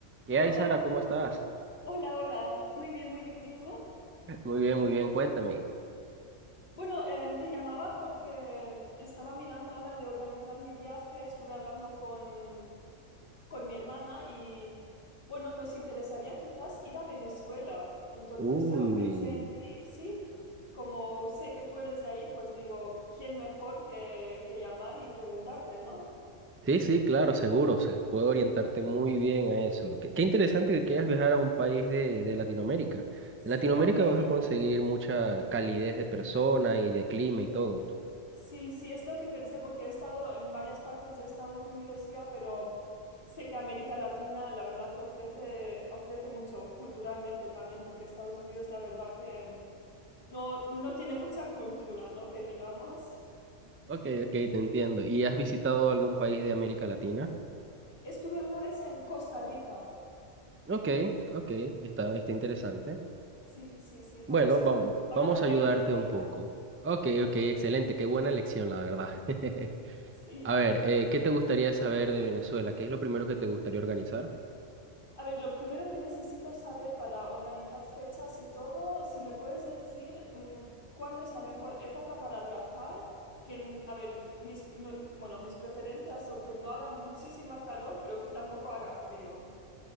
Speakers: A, on the right; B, on the left.
A: ¿Qué hay,
B: Hola
A: Sara? ¿Cómo
B: Mario,
A: estás?
B: hola, hola, muy bien, muy bien. ¿Y tú?
A: <laughs> Muy bien, muy bien, cuéntame.
B: Bueno, em, te llamaba porque em, estaba mirando ahora de organizar mi viaje, estuve hablando con, con mi hermana y bueno, nos interesaría quizás ir a Venezuela. Entonces,
A: Uy,
B: claro, pensé en ti, sí, como sé que tú eres de ahí, pues digo, ¿quién mejor que, que llamar y preguntarte, ¿no?
A: sí, sí, claro, seguro, se puedo orientarte muy bien a eso. Qué, qué interesante que quieras viajar a un país de, de Latinoamérica.
B: Sí,
A: En Latinoamérica
B: porque es
A: vas
B: que
A: a conseguir mucha calidez de persona y de clima y todo.
B: Sí, sí, es lo que pensé porque he estado en varias partes de Estados Unidos ya, pero sé que América Latina la verdad que ofrece, ofrece mucho culturalmente también, porque Estados Unidos la verdad que no, no tiene mucha cultura, ¿no? Que digamos.
A: Ok, ok, te entiendo. ¿Y has visitado algún país de América Latina?
B: Estuve una vez en Costa Rica.
A: Ok, ok, está, está interesante.
B: Sí, sí, sí, por
A: Bueno,
B: eso.
A: vam-
B: Ahora
A: vamos
B: toca
A: a ayudarte
B: Venezuela.
A: un poco. Ok, ok, excelente, qué buena elección, la verdad. <laughs>
B: Sí.
A: A ver, eh, ¿qué te gustaría saber de Venezuela? ¿Qué es lo primero que te gustaría organizar?
B: A ver, lo primero que necesito saber para organizar fechas y todo, si me puedes decir mm, cuándo es la mejor época para viajar, que, n- a ver, mis, no- bueno, mis preferencias son que no haga muchísima calor, pero que tampoco haga frío.